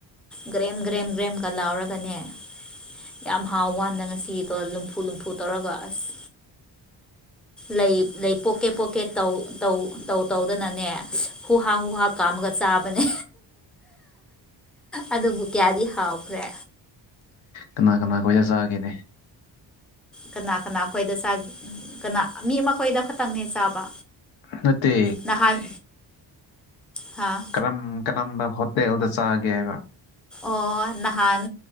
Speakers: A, in the centre; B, on the left.
A: ꯒ꯭ꯔꯦꯝ ꯒ꯭ꯔꯦꯝ ꯒ꯭ꯔꯦꯝ ꯀ ꯂꯥꯎꯔꯒꯅꯦ ꯌꯥꯝ ꯍꯥꯎ ꯋꯥꯅ ꯉꯁꯤꯗꯣ ꯂꯨꯝꯐꯨ ꯂꯨꯝꯐꯨ ꯇꯧꯔꯒ ꯑꯁ ꯂꯩ ꯂꯩ ꯄꯣꯛꯀꯦꯠ ꯄꯣꯛꯀꯦꯠ ꯇꯧ ꯇꯧꯗꯅꯅꯦ ꯍꯨꯍꯥ ꯍꯨꯍꯥ ꯀꯥꯝꯃꯒ ꯆꯥꯕꯅꯦ ꯑꯗꯨꯕꯨ ꯀꯌꯥꯗꯤ ꯍꯥꯎꯈ꯭ꯔꯦ
B: ꯀꯅꯥ ꯀꯅꯥ ꯈꯣꯏꯖ ꯆꯥꯒꯦꯅꯦ
A: ꯀꯅꯥ ꯀꯅꯥ ꯑꯩꯈꯣꯏꯗ ꯆ ꯀꯅꯥ ꯃꯤ ꯑꯃ ꯑꯩꯈꯣꯏꯗ ꯈꯛꯇꯪꯅꯦ ꯆꯥꯕ
B: ꯅꯠꯇ
A: ꯅꯍꯥꯟ ꯍꯥ
B: ꯀꯔꯝ ꯀꯔꯝꯕ ꯍꯣꯇꯦꯜꯗ ꯆꯥꯒꯦ ꯍꯥꯏꯕ
A: ꯑꯣ ꯅꯍꯥꯟ